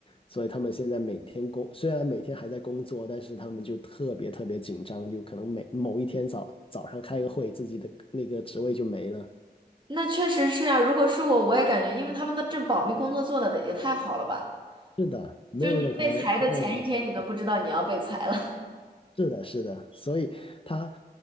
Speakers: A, on the left; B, on the right.
A: 所以他们现在每天工，虽然每天还在工作，但是他们就特别特别紧张，就可能每某一天早早上开个会，自己的那个职位就没了。
B: 那确实是呀、如果是我，我也感觉，因为他们的这保密工作做的也太好了吧。
A: 是的，没有任何没有任何消息。
B: 就是你被裁的前一天，你都不知道你要被裁了。
A: 是的，是的，所以他，